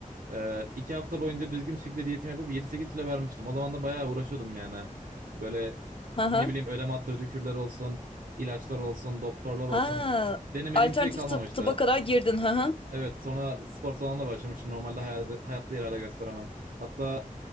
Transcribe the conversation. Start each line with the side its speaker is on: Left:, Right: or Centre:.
Right: Ee, iki hafta boyunca düzgün bir şekilde diyetimi yapıp 7-8 kilo vermiştim. O zaman da bayağı uğraşıyordum yani. Böyle
Left: Ha
Right: ne
Left: ha.
Right: bileyim ödem attırıcı kürler olsun, ilaçlar olsun, doktorlar
Left: Ha.
Right: olsun. Denemediğim
Left: Alternatif
Right: şey kalmamıştı.
Left: tıp- tıba kadar girdin ha ha.
Right: Evet sonra spor salonuna başlamıştım. Normalde hayatta, hayatta irade gösteremem. Hatta